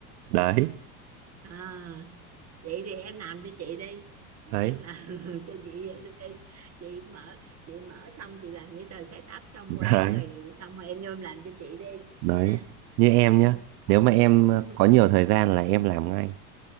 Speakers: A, on the right; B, on the right.
A: đấy
B: à vậy thì em làm cho chị đi
A: đấy
B: em làm <laughs> cho chị đi chị mở chị mở xong chị làm giấy tờ set up xong
A: đấy
B: quán rồi xong rồi em vô em làm cho chị đi
A: đấy
B: ha
A: như em
B: ừ.
A: nhá nếu mà em
B: <coughs>
A: có nhiều thời gian là em làm ngay